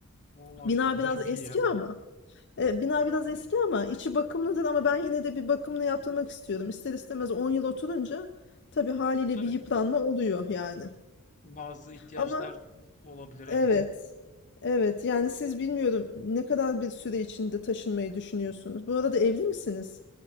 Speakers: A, on the left; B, on the left.
A: o maşallah
B: Bina biraz
A: çok
B: eski
A: iyi ya.
B: ama. e, bina biraz eski ama içi bakımlıdır ama ben yine de bir bakımını yaptırmak istiyorum. İster istemez 10 yıl oturunca tabii haliyle
A: Tabii
B: bir yıpranma oluyor yani.
A: bazı ihtiyaçlar
B: Ama
A: olabilir
B: evet.
A: evet.
B: Evet yani siz bilmiyorum ne kadar bir süre içinde taşınmayı düşünüyorsunuz. Bu arada evli misiniz?